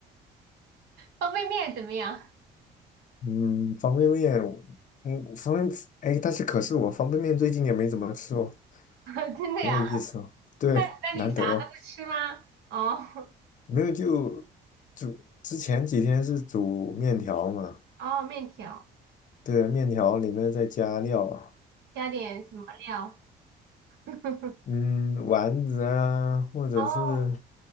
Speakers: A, on the right (about 75°); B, on the left (about 50°).
A: 方便面怎么样？
B: 嗯，方便面，嗯，方便，哎，但是可是我方便面最近也没怎么吃哦，
A: <laughs> 真的呀？
B: 很有意思哦，对，
A: 那那你啥都不吃吗？
B: 难得哦，
A: 哦
B: 没有就煮，之前几天是煮面条嘛，
A: 哦，面条
B: 对，面条里面再加料啊，
A: 加点什么料？<laughs>
B: 嗯，丸子啊，或者是
A: 哦，